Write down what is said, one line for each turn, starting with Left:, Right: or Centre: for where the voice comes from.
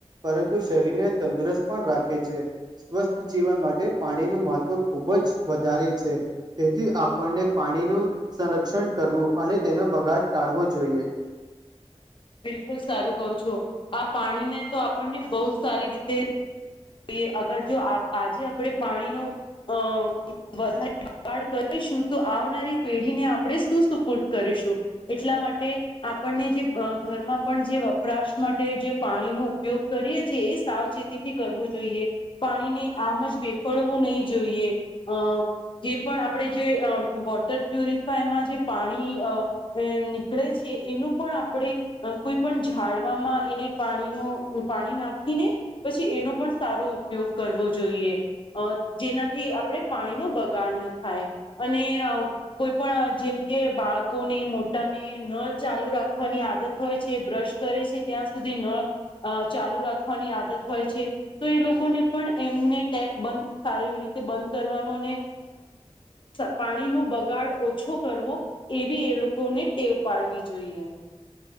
Right: પરંતુ શરીરને તંદુરસ્ત પણ રાખે છે સ્વસ્થ જીવન માટે પાણી મહત્વ ખૂબ જ તી છે. તેથી આપણને પાણીનું સંરક્ષણ કરવું અને તેનો બગાડ ટાળવો જોઈએ. <unintelligible>
Left: બિલકુલ સારું કહો છો. આ પાણીને તો આપણને બહુ સારી રીતે તીએ અગર જો આપ આજે આપડે પાણીનો અહ વધારે બગાડ કરીશું તો આવનારી પેઢીને આપણે સુ સુપુર્દ કરીશું એટલા માટે આપણને જે અહ ઘરમાં પણ જે વપરાશ માટે જે પાણીનો ઉપયોગ કરીએ છી એ સાવચેતીથી કરવું જોઈએ પાણીને આમ જ બેફડવું નહી જોઈએ અહ જે પણ આપ પડે જે અહ વોટર પ્યુરિફાયમાં જે પાણી અહ અહ નીકળે છે એનું પણ આપણે કોઈ પણ ઝાડવામાં એને પાણીનો પાણી નાખીને પછી એનો પણ સારો ઉપયોગ કરવો જોઈએ જેનાથી આપણે પાણીનો બગાડ ન થાય અને કોઈ પણ જેમ કે બાળકોને મોટાને નળ ચાલુ રાખવાની ની આદત હોય છે બ્રશ કરે છે ત્યાં સુધી નળ ચાલુ રાખવાની આદત હોય છે તો એ લોકોને પણ એમને ટેપ બ સારી રીતે બંધ કરવાનું અને અ પાણી નો બગાડ ઓછો કરવો એવી એ લોકોને ટેવ પાડવી જોઈએ